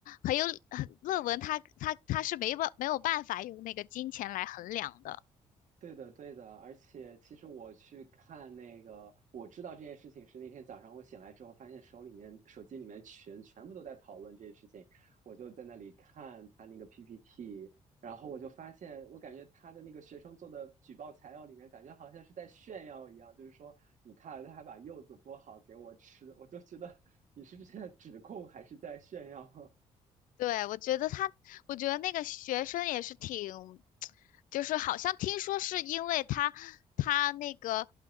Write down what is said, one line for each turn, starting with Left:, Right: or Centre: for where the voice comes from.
Left: 很有很论文它它它是没办没有办法用那个金钱来衡量的。
Right: 对的，对的，而且其实我去看那个，我知道这件事情是那天早上我醒来之后，发现手里面手机里面群全部都在讨论这件事情，我就在那里看他那个 PPT，然后我就发现，我感觉他的那个学生做的举报材料里面，感觉好像是在炫耀一样，就是说你看他还把柚子剥好给我吃，我就觉得 <laughs> 你是在指控还是在炫耀？
Left: 对，我觉得他，我觉得那个学生也是挺，就是好像听说是因为他他那个